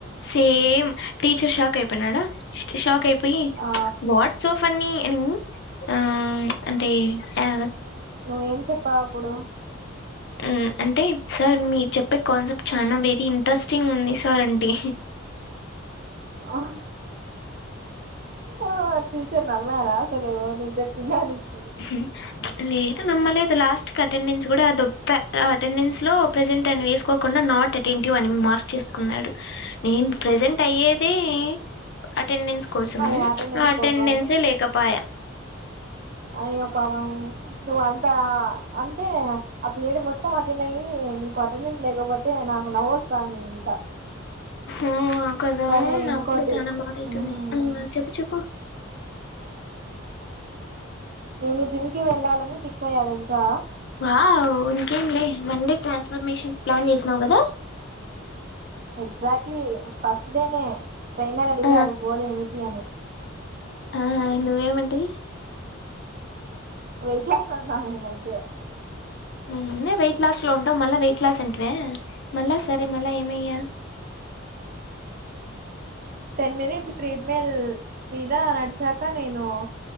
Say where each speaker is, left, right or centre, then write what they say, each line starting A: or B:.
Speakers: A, on the left; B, on the right.
A: సేమ్ టీచర్ షాక్ అయిపోయానాడా షాక్ అయిపో పోయి
B: ఆ
A: వాట్ సో ఫన్నీ నీ ఆ అంటే యా
B: నువ్వేం చెప్పావ్ అప్పుడు
A: అ అంటే సార్ మీరు చెప్పే కాన్సెప్ట్ చానా వెరీ ఇన్ట్రస్టింగ్ ఉంది సార్ అంటే
B: ఆ ఆ టీచర్ నమ్మారా అసలు నేను చెప్పిందానికి
A: హు లేదు నమ్మలేదు లాస్ట్కిఅటెండెన్స్ కూడా దొబ్ప్ప అటెండెన్స్ లో ప్రెజెంట్ అని వేసుకోకుండా నాట్ అటెంటివ్ అని మార్క్ చేసుకున్నాడు. నేను ప్రజెంట్ అయ్యేదే అటెండెన్స్ కోసము
B: అని అటెండెన్స్
A: అటెండెన్స్
B: కోసం
A: లేకపాయా
B: అయ్యో పాపాం నువ్వు అంతా అంటే ఆ పీరియడ్ మొత్తం అటెండ్ అయ్యి నీకు అటెండెన్స్ లేకపోతే నాకు నవ్వొస్తాంది ఇంకా
A: ఆ కదా
B: సరే
A: నాకు
B: ఇంకోటి
A: కూడా చానా బాధఅయితుంది.
B: మ్మ్
A: ఆ చెప్పు చెప్పు
B: నేను జిమ్కి వెళ్ళాలని ఫిక్స్ అయ్యా తెలుసా
A: వావ్ ఇంకేం లే వండే ట్రాన్స్ఫర్మేషన్ ప్లాన్ చేసినావు కదా
B: ఎక్జాక్ట్లీ ఫస్ట్డేనే ట్రైనర్ అడిగారు
A: ఆ
B: గోల్ ఏమిటి అని
A: ఆ, <unintelligible>
B: వెయిట్ లాస్ అన్నా నేన్ అంటే <unintelligible>
A: ముందే వెయిట్ లాస్ లో ఉంటం వల్ల మళ్ళ వెయిట్ లాస్ంట మళ్ళా సరే మళ్ళా ఏమయ్యా
B: టెన్ మినిట్స్ ట్రెడ్మెల్ మీద నడిచాక నేను